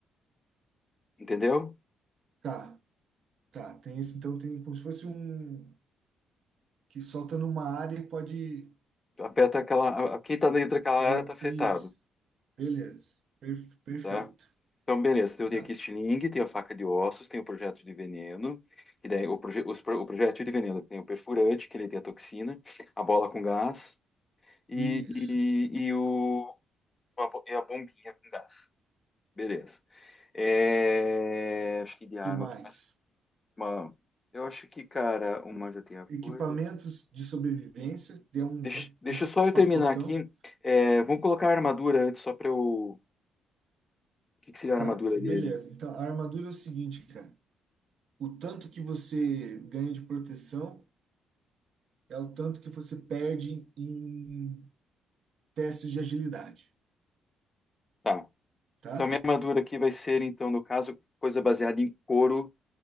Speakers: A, on the left; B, on the right.
A: entendeu?
B: Tá, tá. Tem esse, então tem como se fosse um que solta numa área e pode.
A: Aperta aquela,
B: é,
A: a- quem tá dentro daquela
B: Vai,
A: área tá afetado,
B: isso. Beleza. Perf- perfeito.
A: tá? Então, beleza, então eu
B: Tá.
A: tenho aqui estilingue, tenho a faca de ossos, tenho o projeto de veneno, que daí o, proje, os pro- o projeto de veneno tem o perfurante, que ele tem a toxina, a bola com gás, e,
B: Isso.
A: e, e, o, a bo- e a bombinha com gás. Beleza. É, Acho que de arma
B: Que mais?
A: que mais. Mano, eu acho que, cara, uma já tem a
B: Equipamentos
A: coisa.
B: de sobrevivência, tem um,
A: Deixa, deixa
B: um
A: só eu
B: pacotão.
A: terminar aqui. É, vamos colocar a armadura antes, só pra eu. O que que seria a
B: Tá,
A: armadura
B: e
A: dele?
B: beleza. Então, a armadura é o seguinte, cara. O tanto que você ganha de proteção é o tanto que você perde em testes de agilidade,
A: Tá.
B: tá?
A: Então, a minha armadura aqui vai ser, então, no caso, coisa baseada em couro